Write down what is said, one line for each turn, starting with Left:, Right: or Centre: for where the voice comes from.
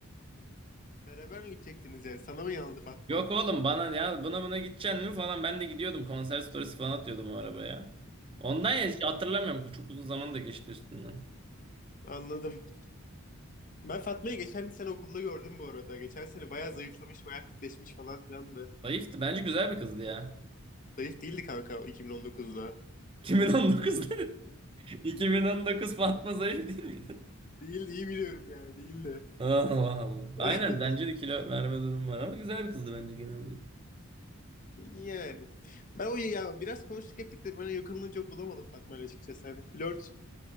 Left: beraber mi gidecektiniz yani? Sana mı yanıldı Fatma?
Right: Yok oğlum bana ya buna buna gideceksin mi falan ben de gidiyordum konser storiesi falan atıyordum o arabaya. Ondan ya hiç hatırlamıyorum bu çok uzun zaman da geçti üstünden.
Left: Anladım. Ben Fatma'yı geçen sene okulda gördüm bu arada. Geçen sene bayağı zayıflamış, bayağı fitleşmiş falan filan da.
Right: Zayıftı bence güzel bir kızdı ya.
Left: Zayıf değildi kanka 2019'da.
Right: 2019 2019 <laughs> Fatma Zayıf değil miydi?
Left: Değil, iyi biliyorum yani değildi.
Right: Allah Allah.
Left: <laughs>
Right: Aynen bence de kilo verme durumu var ama güzel bir kızdı bence genel olarak.
Left: Yani. Ben o ya biraz konuştuk ettik de bana yakınlığı çok bulamadım Fatma ile açıkçası. Hani flört,